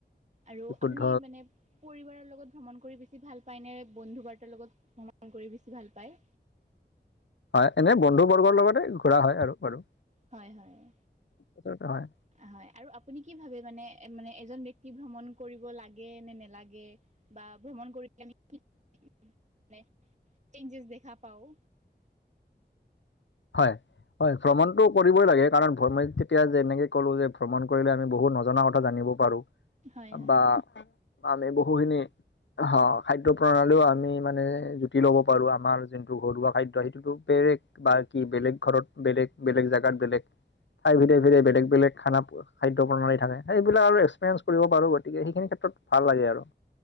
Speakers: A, on the right; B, on the left.
A: আৰু
B: বিশুদ্ধ
A: আপুনি মানে পৰিবাৰৰ লগত ভ্ৰমণ কৰি বেছি ভাল পায় নে? বন্ধু বাৰ্তাৰ লগত ভ্ৰমণ কৰি বেছি ভাল পায়?
B: হয়' এনে বন্ধু বৰ্গৰ লগতে ঘূৰা হয় আৰু বাৰু
A: হয়', হয়'
B: আচলতে হয়
A: হয়' আৰু আপুনি কি ভাবে মানে, মানে এজন ব্যক্তি ভ্ৰমণ কৰিব লাগে নে নালাগে? বা ভ্ৰমণ কৰি কেনেকে কি <unintelligible> চেঞ্জেজ দেখা পাওঁ?
B: হয়। হয়, ভ্ৰমণটো কৰিবই লাগে কাৰণ ভ্ৰমণ যেতিয়া যেনেকে ক'লো যে ভ্ৰমণ কৰিলে আমি বহুত নজনা কথা জানিব পাৰো
A: হয় হয়
B: বা আমি বহুখিনি হহঁহ্, খাদ্য প্ৰণালীও আমি মানে জুতি ল'ব পাৰোঁ আমাৰ যোনটো ঘৰুৱা খাদ্য সেইটোতো বেলেগ বাকী বেলেগ ঘৰত বেলেগ, বেলেগ জেগাত বেলেগ ঠাই ভেদে ভেদে বেলেগ বেলেগ খানা পোৱা খাদ্য প্ৰণালী থাকে। এইবিলাক আৰু এক্সপ্ৰিয়েঞ্চ কৰিব পাৰোঁ গতিকে, সেইখিনি ক্ষেত্ৰত ভাল লাগে আৰু।